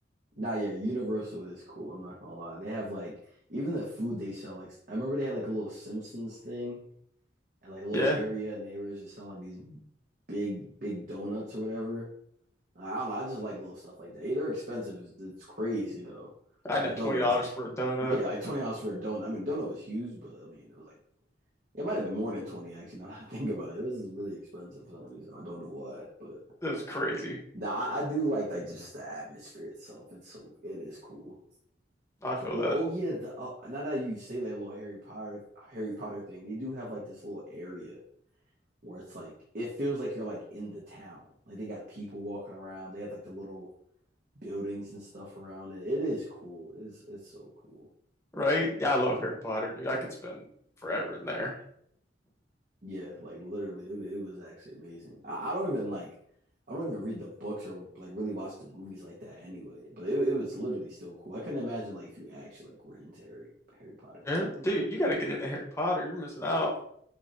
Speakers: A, on the right; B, on the left.
A: Nah, yeah, Universal is cool. I'm not gonna lie. They have like even the food they sell. Like I remember they had like a little Simpsons thing and like a little
B: Yeah,
A: area, and they were just selling like these big, big donuts or whatever. I I don't know. I just like little stuff like that. Yeah, they're expensive. It's, it's crazy though.
B: I
A: Like
B: net
A: the donut
B: twenty dollars
A: was like,
B: for a donut.
A: yeah, like twenty dollars for a donut. I mean, donut was huge, but I mean, it was like it might have been more than twenty actually. <laughs> Now that I think about it, it was really expensive for some reason. I don't know why, but
B: That's crazy.
A: nah, I, I do like like just the atmosphere itself. It's so it is cool.
B: I feel
A: Like the,
B: that.
A: oh yeah, the, uh, now that you say that little Harry Potter Harry Potter thing, they do have like this little area where it's like it feels like you're like in the town. Like they got people walking around. They have like the little buildings and stuff around it. It is cool. It's it's so cool.
B: Right? Yeah, I love Harry Potter, dude. I could spend forever in there.
A: Yeah, like literally, it, it was actually amazing. I, I don't even like I don't even read the books or like really watch the movies like that anyway. But it, it was literally still cool. I couldn't imagine like if you actually like were into Harry Harry Potter and
B: Yeah.
A: stuff.
B: Dude, you got to get into Harry Potter. You're missing out.